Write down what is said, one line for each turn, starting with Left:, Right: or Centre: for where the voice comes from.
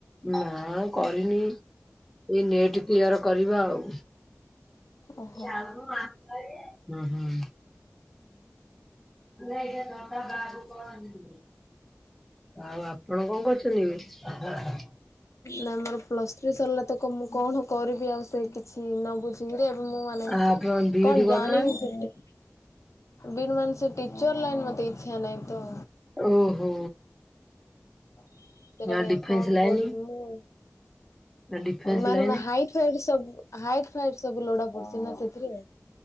Centre: ନା କରିନି ଏଇ ନିଟ କ୍ଲିୟର କରିବ ଆଉ।
Left: ଓହୋ।
Centre: ହୁଁ ହୁଁ
Left: <inaudible>
Centre: ଆଉ ଆପଣ କଣ କରୁଛନ? <unintelligible>
Left: ନାଇଁ ମୋର ପ୍ଲସ୍ ଥ୍ରୀ ସରିଲା ତ କ ମୁଁ କଣ କରିବି ଆଉ ସେ କିଛି ନ ବୁଝି ଦୁରେର ମୁଁ ମାନେ
Centre: ଆ ଆପଣ ବିଇଡି
Left: କଣ
Centre: କରୁନାହାନ୍ତି
Left: ଜାଣି ବି ବିଡ ମାନେ ସେ ଟିଚର ଲାଇନ୍ ମୋତେ ଇଚ୍ଛା ନାଇଁ ତ।
Centre: ଓହୋ
Left: ସେଇଟା
Centre: ନା
Left: ଏବେ
Centre: ଡିଫେନ୍ସ
Left: କଣ
Centre: ଲାଇନ
Left: କରିବି ମୁଁ?
Centre: ନା ଡିଫେନ୍ସ
Left: ମାନେ
Centre: ଲାଇନ
Left: ମୋ ହାଇଟ୍ ଫାଇଟ ସବୁ ହାଇଟ୍ ଫାଇଟ ସବୁ ଲୋଡା ପଡୁଛି ନା ସେଥିରେ?